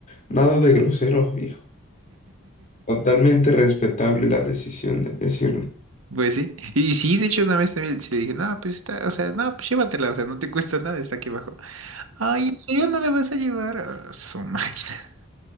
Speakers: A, on the left; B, on the right.
A: nada de grosero, hijo. Totalmente respetable la decisión de decirle.
B: Pues sí. Y sí, de hecho, una vez también sí le dije, no, pues está, o sea, no, pues llévatela, o sea, no te cuesta nada, está aquí abajo. Ay, ¿en serio no la vas a llevar? Ah, su máquina. <laughs>